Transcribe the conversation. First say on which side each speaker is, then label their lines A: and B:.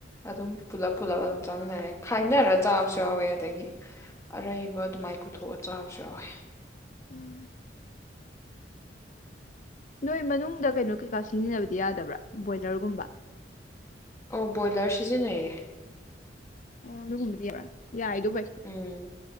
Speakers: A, on the left (about 15°); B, on the left (about 45°).
A: ꯑꯗꯨꯝ ꯄꯨꯂꯞ ꯄꯨꯜꯂꯞ ꯑꯗꯨꯝ ꯆꯥꯃꯤꯟꯅꯔꯦ ꯈꯥꯏꯅꯔ ꯆꯥꯕꯁꯨ ꯌꯥꯎꯋꯦ ꯑꯗꯒꯤ ꯑꯔꯩꯕ ꯑꯗꯨꯃꯥꯏ ꯄꯨꯊꯣꯛꯑ ꯆꯥꯕꯁꯨ ꯌꯥꯎꯋꯦ
B: ꯎꯝ ꯅꯣꯏ ꯃꯅꯨꯡꯗ ꯀꯩꯅꯣ ꯀꯩꯀꯥ ꯁꯤꯖꯤꯟꯅꯕꯗꯤ ꯌꯥꯗꯕ꯭ꯔꯥ ꯕꯣꯏꯂꯔꯒꯨꯝꯕ
A: ꯑꯣ ꯕꯣꯏꯂꯔ ꯁꯤꯖꯤꯟꯅꯩꯌꯦ
B: ꯑꯣ ꯑꯗꯨꯒꯝ ꯕ ꯌꯥꯏꯗꯣ ꯐꯩ
A: ꯎꯝ